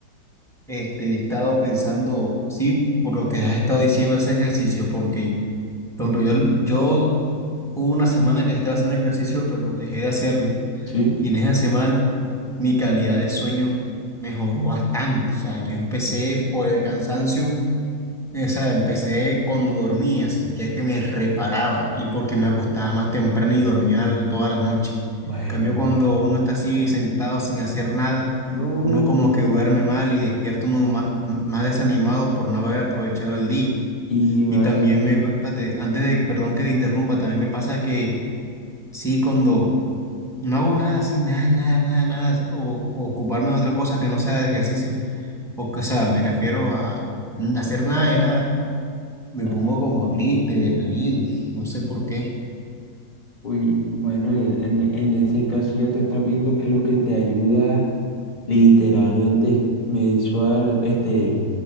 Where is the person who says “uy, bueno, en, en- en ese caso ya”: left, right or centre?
Left